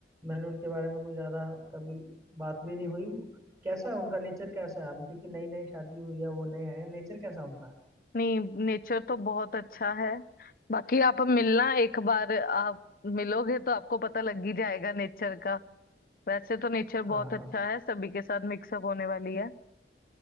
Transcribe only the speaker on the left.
नहीं नेचर तो बहुत अच्छा है बाकी आप मिलना एक बार आप मिलोगे तो आपको पता लग ही जाएगा नेचर का वैसे तो नेचर
बहुत
अच्छा है सभी के साथ मिक्सअप होने वाली है